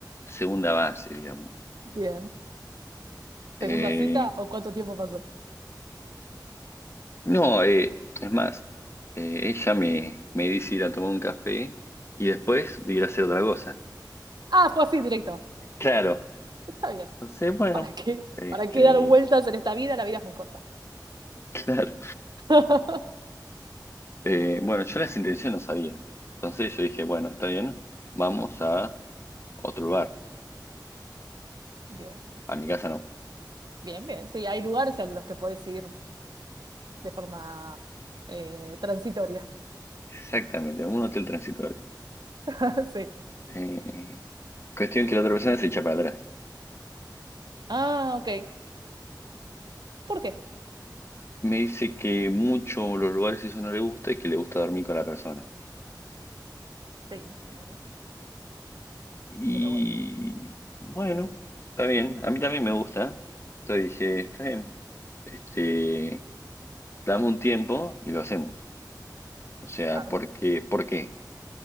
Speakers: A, on the left (about 35°); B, on the right (about 65°).
A: segunda base, digamos.
B: Bien.
A: Eh,
B: ¿Segunda cita o cuánto tiempo pasó?
A: no, eh, es más, eh, ella me, me dice ir a tomar un café y después de ir a hacer otra cosa.
B: Ah, fue así directo.
A: Claro,
B: Está bien.
A: Entonces, bueno,
B: ¿Para qué?
A: este,
B: ¿Para qué dar vueltas en esta vida? La vida es muy corta.
A: <laughs> claro.
B: <laughs>
A: Eh, bueno, yo las intenciones no sabía. Entonces yo dije, bueno, está bien, vamos a otro lugar.
B: Bien,
A: A mi casa no.
B: bien, bien. Sí, hay lugares a los que puedes ir de forma eh, transitoria.
A: Exactamente, a un hotel transitorio.
B: <laughs> Sí.
A: Eh, cuestión que la otra persona se echa para atrás.
B: Ah, ok. ¿Por qué?
A: Me dice que mucho los lugares eso no le gusta y que le gusta dormir con la persona.
B: Sí, bueno,
A: Y
B: pero bueno.
A: bueno, está bien. A mí también me gusta. Entonces dije,
B: Sí,
A: está bien. Este, dame un tiempo y lo hacemos. O sea,
B: claro.
A: ¿por qué? ¿Por qué?